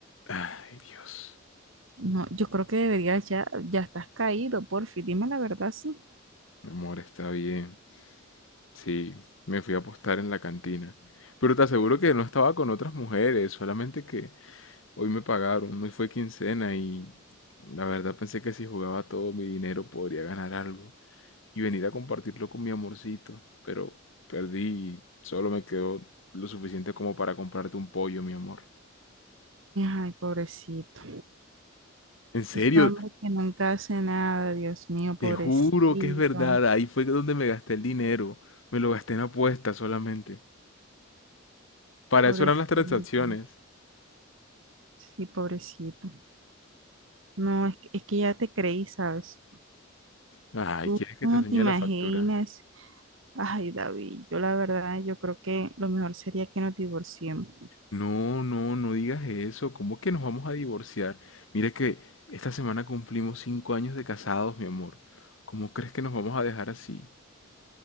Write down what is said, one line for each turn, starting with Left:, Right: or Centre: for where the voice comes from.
Left: Ay, Dios.
Right: No, yo creo que deberías ya, ya estás caído, porfi, dime la verdad, sí.
Left: Amor, está bien. Sí, me fui a apostar en la cantina. Pero te aseguro que no estaba con otras mujeres, solamente que hoy me pagaron, hoy fue quincena y la verdad pensé que si jugaba todo mi dinero podría ganar algo y venir a compartirlo con mi amorcito, pero perdí y solo me quedó lo suficiente como para comprarte un pollo, mi amor.
Right: Ay, pobrecito.
Left: En serio,
Right: Este hombre que nunca hace nada, Dios mío, pobrecito,
Left: te juro que es verdad, ahí fue donde me gasté el dinero, me lo gasté en apuestas solamente. Para
Right: pobrecito.
Left: eso eran las transacciones.
Right: Sí, pobrecito. No, es que, es que ya te creí, ¿sabes?
Left: Ay,
Right: Tú
Left: ¿quieres que
Right: no
Left: te enseñe
Right: te imaginas.
Left: la factura?
Right: Ay, David, yo la verdad, yo creo que lo mejor sería que nos divorciemos.
Left: No, no, no digas eso. ¿Cómo que nos vamos a divorciar? Mira que esta semana cumplimos cinco años de casados, mi amor. ¿Cómo crees que nos vamos a dejar así?